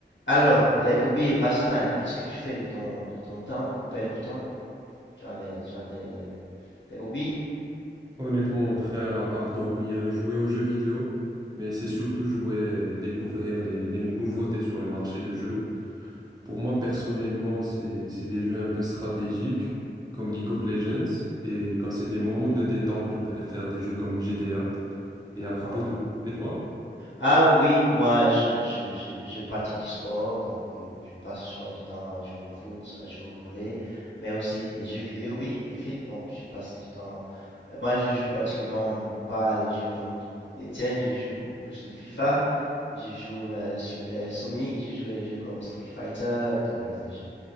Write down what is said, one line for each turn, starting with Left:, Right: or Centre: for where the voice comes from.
Left: Alors, les hobbies et passe-temps, qu'est-ce que tu fais de ton, de ton temps pour perdre du temps? Tu as des, tu as des, des hobbies?
Right: Honnêtement, mon frère, à part dormir et jouer aux jeux vidéo, mais c'est surtout jouer et découvrir les, les nouveautés sur le marché de jeux. Pour moi, personnellement, c'est, c'est des jeux un peu stratégiques, comme League of Legends, et quand c'est des moments de détente, je préfère des jeux comme GTA. Et
Left: D'accord.
Right: à propos de... Et toi?
Left: Ah oui, moi, je, je, je, je pratique du sport, donc euh, je passe souvent du temps à jouer au foot, à jouer au volley, mais aussi des jeux vidéo, oui, et des films, donc je passe du temps. euh, Moi, je joue pratiquement pas les jeux comme les tiens, je joue beaucoup plus le FIFA, je joue euh, Super Sonic, je joue les jeux comme Street Fighter et tout le reste des jeux.